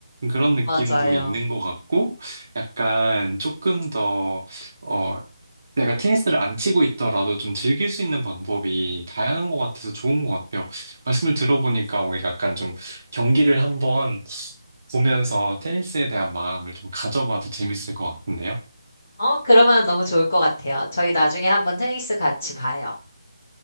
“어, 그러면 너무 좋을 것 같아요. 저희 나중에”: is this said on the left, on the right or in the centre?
Left